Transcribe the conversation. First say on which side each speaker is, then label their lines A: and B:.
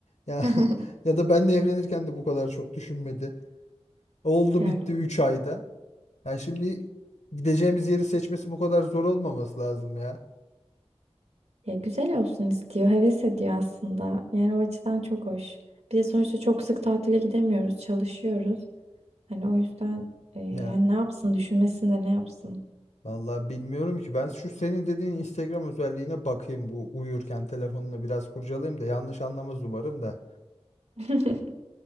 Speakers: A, on the left; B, on the right.
A: Ya
B: <laughs>
A: <laughs> ya da benle evlenirken de bu kadar çok düşünmedi. Oldu
B: Ya
A: bitti 3 ayda. Yani şimdi gideceğimiz yeri seçmesi bu kadar zor olmaması lazım ya.
B: Ya güzel olsun istiyor, heves ediyor aslında. Yani o açıdan çok hoş. Bir de sonuçta çok sık tatile gidemiyoruz, çalışıyoruz. Hani o yüzden e, yani
A: Ya
B: ne yapsın, düşünmesin de ne yapsın.
A: Vallahi bilmiyorum ki. Ben şu senin dediğin Instagram özelliğine bakayım bu uyurken telefonunu biraz kurcalayayım da yanlış anlamaz umarım da.
B: <laughs>